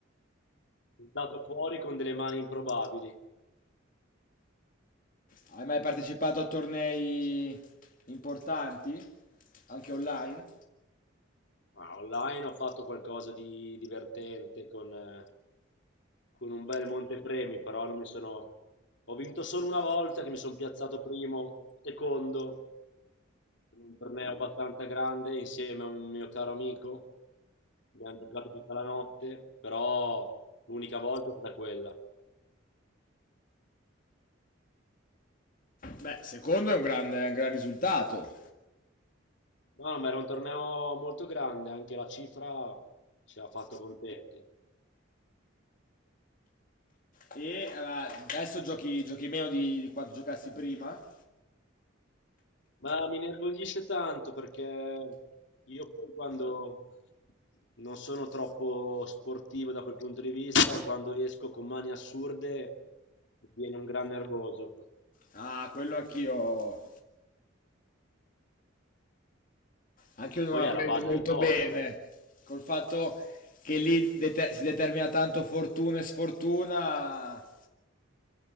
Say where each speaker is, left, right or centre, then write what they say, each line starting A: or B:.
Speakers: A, on the left; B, on the left.
A: buttato fuori con delle mani improbabili.
B: Hai mai partecipato a tornei importanti? Anche online?
A: Ma online ho fatto qualcosa di divertente con, eh, con un bel montepremi, però non mi sono... Ho vinto solo una volta che mi sono piazzato primo, secondo, in un torneo abbastanza grande insieme a un mio caro amico. Abbiamo giocato tutta la notte, però l'unica volta è stata quella.
B: Beh, secondo è un grande- è un gran risultato.
A: No, no, ma era un torneo molto grande, anche la cifra ci ha fatto contenti.
B: E eh, adesso giochi, giochi meno di, di quanto giocassi prima?
A: Ma mi nervosisce tanto perché io poi quando non sono troppo sportivo da quel punto di vista e quando esco con mani assurde mi viene un gran nervoso.
B: Ah, quello anch'io. Anch'io non
A: Poi
B: la
A: è alla
B: prendo
A: base
B: molto
A: del poker.
B: bene.
A: eh.
B: Col fatto che lì dete- si determina tanto fortuna e sfortuna,